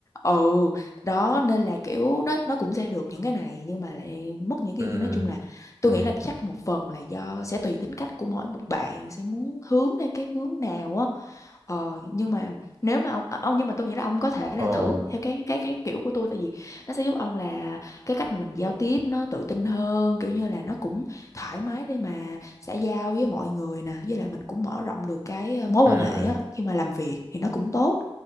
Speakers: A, on the left (about 30°); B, on the right (about 25°).
A: ừ đó nên là kiểu nó nó cũng sẽ được những cái này nhưng mà lại mất những cái
B: ừ
A: kia nói chung là tôi
B: ừ
A: nghĩ là chắc một phần là do sẽ tùy tính cách của mỗi một bạn sẽ muốn hướng theo cái hướng nào á ờ nhưng mà nếu mà ông ờ, ông nhưng mà tôi nghĩ là ông có thể là
B: ờ
A: thử theo cái cái cái kiểu của tôi tại vì nó sẽ giúp ông là cái cách mà mình giao tiếp nó tự tin hơn kiểu như là nó cũng thoải mái để mà xã giao với mọi người nè với lại mình cũng mở rộng được cái ờ, mối quan
B: ừ
A: hệ á khi mà làm việc thì nó cũng tốt